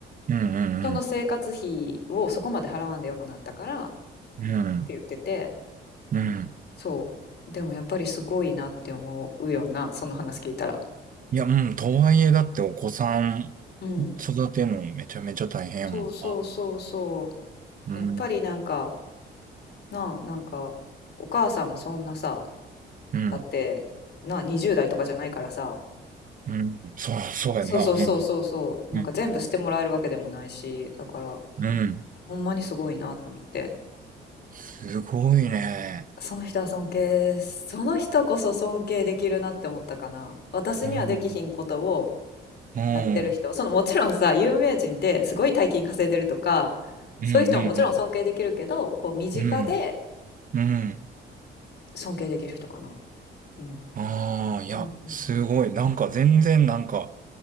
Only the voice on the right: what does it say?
うん
うん。うん。
うん。
いや、うん。とはいえ、だってお子さん
育てるのめちゃめちゃ大変やもんな。
うん。
うん。
うん。そう、そうやんな。
うん。
うん。
うん。うん
すごいね。
うん。うん。
うん。
うん。
うん。うん。うん
ああ、いや、
すごい。なんか全然なんか、